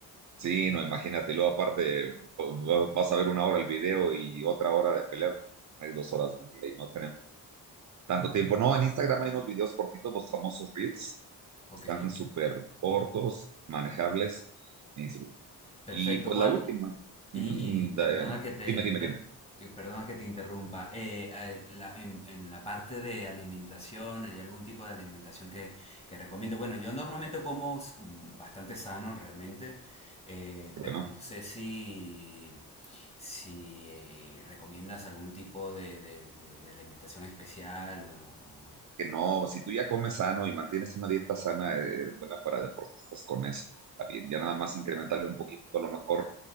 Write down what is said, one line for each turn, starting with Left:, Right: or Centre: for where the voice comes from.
Right: Sí, no, imagínatelo, aparte va- vas a ver una hora el video y otra hora de pelear, hay dos horas del día y no tenemos a veces tanto tiempo. No, en Instagram hay unos videos cortitos, los famosos Reels,
Left: Ok.
Right: están súper cortos, manejables e instruccionales.
Left: Perfecto,
Right: Y pues
Left: Juan.
Right: la última,
Left: Y,
Right: ujú,
Left: y perdona
Right: da-
Left: que te
Right: dime,
Left: inter-
Right: dime, dime,
Left: eh, perdona que te interrumpa. Eh, eh, la- en, en la parte de alimentación, ¿hay algún tipo de alimentación que, que recomiende? Bueno, yo normalmente como s- mm, bastante sano realmente, eh,
Right: porque
Left: pero
Right: no.
Left: no sé si, si eh, recomiendas algún tipo de, de- de- de alimentación especial o- o-
Right: que no, si tú ya comes sano y mantienes una dieta sana, eh, buena para deportistas con eso, está bien. Ya nada más incrementarle un poquito, a lo mejor,